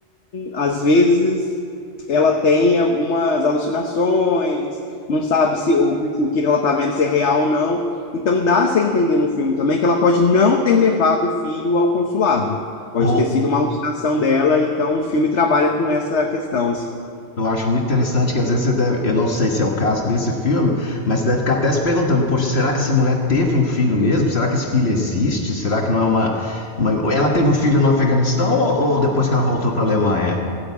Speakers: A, on the left (about 80°); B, on the left (about 65°).
A: às vezes, ela tem algumas alucinações, não sabe se o, o que ela está vendo se é real ou não, então dá-se a entender no filme também que ela pode não ter levado o filho ao consulado. Pode
B: Ou
A: ter sido uma alucinação dela, então o filme trabalha com essa questão, assim.
B: eu acho muito interessante que às vezes você deve. Eu não sei se é o caso desse filme, mas você deve ficar até se perguntando, poxa, será que essa mulher teve um filho mesmo? Será que esse filho existe? Será que não é uma. uma- Ela teve um filho no Afeganistão ou, ou depois que ela voltou para a Alemanha?